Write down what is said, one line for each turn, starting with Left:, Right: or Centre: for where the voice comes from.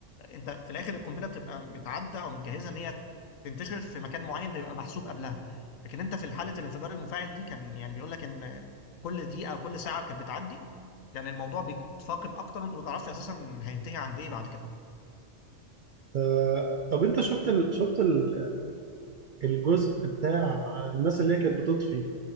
Left: انت في الاخر القنبله بتبقى متعده او متجهزه ان هي تنتشر في مكان معين بيبقى محسوب قبلها لكن انت في حاله الانفجار المفاعل دي كان يعني بيقول لك ان كل دقيقه او كل ساعه كانت بتعدي كان الموضوع بيتفاقم اكتر وانت ما تعرفش اساسا هينتهي عند ايه بعد كده
Right: آه، طب انت شفت ال... شفت ال... الجزء بتاع الناس اللي هي كانت بتطفي